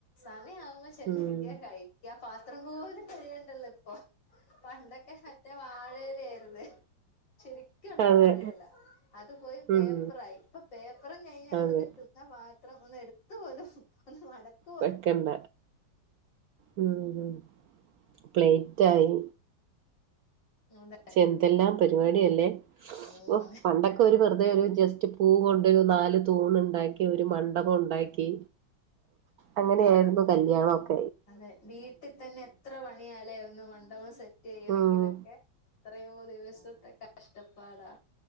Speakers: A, on the left; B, on the right.
A: സമയവാവുമ്പ ചെന്നിരിക്ക
B: ഉം
A: കഴിക്ക പാത്രം പോലും കഴുകണ്ടല്ലോ ഇപ്പൊ പണ്ടൊക്കെ മറ്റേ വാഴയില ആയിരുന്നു ശരിക്കുള്ള
B: അതെ
A: വാഴയെല അത് പോയി പേപ്പറായി
B: ഉം
A: ഇപ്പൊ പേപ്പറും കഴിഞ്ഞ് അവ <unintelligible>
B: അതെ
A: ങ്ങക്ക് എത്തും തിന്ന പാത്രം ഒന്ന് എടുത്തപോലും ഒന്ന് മടക്കും
B: വെക്കണ്ട ഉം പ്ലേറ്റ് ആയി
A: ആ <unintelligible>
B: ശെ എന്തെല്ലാം പരിപാടിയല്ലേ
A: ഉം
B: ഓ പണ്ടൊക്കെ ഒരു വെറുതെ ഒരു ജസ്റ്റ് - പൂ കൊണ്ടു പോയി നാല് തൂണ് ഉണ്ടാക്കി ഒരു മണ്ഡപം ഒണ്ടാക്കി അങ്ങനെയായിരുന്നു കല്യാണം ഒക്കെ
A: അതെ വീട്ടിൽ തന്നെ എത്ര പണിയാ ഇല്ലേ ഒന്ന് മണ്ഡപം സെറ്റ് ചെയ്യണമെങ്കിലൊക്കെ
B: ഉം
A: എത്രയോ ദിവസത്തെ കഷ്ടപ്പാടാ